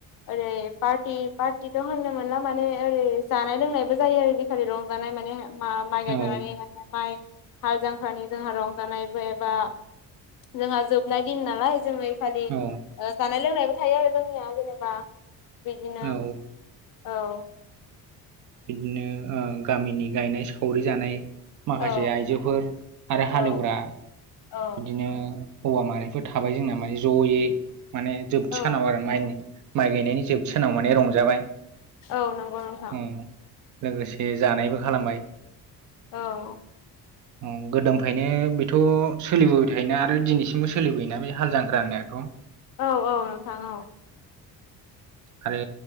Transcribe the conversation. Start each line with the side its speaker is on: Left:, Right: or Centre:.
Left: ओरै पार्टि पार्टि दं होननो मोनला माने ओरै जानाय लोंनायबो जायो आरो बेखालि रंजानाय माने मा माइ गायखांनायनि
Right: औ
Left: माइ हाल जांख्रानि जोंहा रंजानायबो एबा जोंहा जोबनाय दिन नालाय जोंङो खालि
Right: औ
Left: ओ जानाय लोंनायबो थायो आरो जोंनिया जेनेबा बिदिनो
Right: औ
Left: औ
Right: बिदिनो ओ गामिनि गायनाय सावरि जानाय माखासे
Left: औ
Right: आइजोफोर आरो
Left: औ
Right: हालेवग्रा
Left: औ
Right: बिदिनो हौवा माहारिफोर थाबाय जोंना माने जयै माने जोबथि
Left: औ
Right: सानाव आरो माइनि माइ गायनायनि जोबथिसानाव माने रंजाबाय
Left: औ नंगौ नोंथां
Right: उम, लोगोसे जानायबो खालामबाय
Left: औ
Right: अं गोदोनिफ्रायायनो बेथ' सोलिबोबाय थायोना आरो दिनैसिमबो सोलिबोयोना बे हाल जांख्रा होननायखौ
Left: औ औ नोंथां औ
Right: आरो